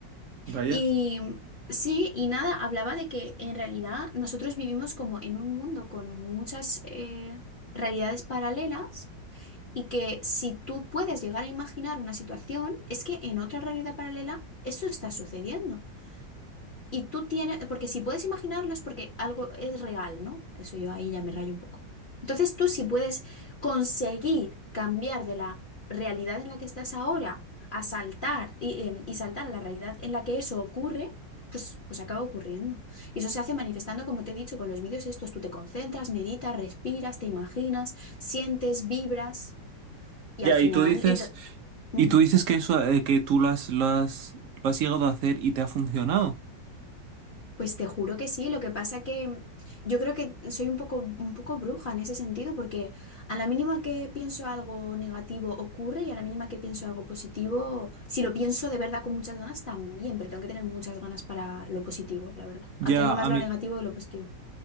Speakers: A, on the right; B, on the left.
A: Vaya.
B: Y mm, sí, y nada, hablaba de que en realidad nosotros vivimos como en un mundo con muchas eh, realidades paralelas Y que si tú puedes llegar a imaginar una situación, es que en otra realidad paralela eso está sucediendo. Y tú tienes, porque si puedes imaginarlo es porque algo es real, ¿no? Eso yo ahí ya me rayo un poco. Entonces tú si puedes conseguir cambiar de la realidad en la que estás ahora a saltar y, em, y saltar a la realidad en la que eso ocurre, pues, pues acaba ocurriendo. Y eso se hace manifestando, como te he dicho, con los vídeos estos. Tú te concentras, meditas, respiras, te imaginas, sientes, vibras. Y
A: Ya,
B: al final,
A: y tú dices,
B: y ta- mm,
A: y tú dices que eso, eh, que tú lo has, lo has, lo has llegado a hacer y te ha funcionado.
B: pues te juro que sí, lo que pasa que yo creo que soy un poco, un poco bruja en ese sentido, porque a la mínima que pienso algo negativo ocurre y a la mínima que pienso algo positivo, si lo pienso de verdad con muchas ganas también, pero tengo que tener muchas ganas para lo positivo, la verdad.
A: Ya,
B: Atraigo más
A: a
B: lo
A: mí,
B: negativo que lo positivo.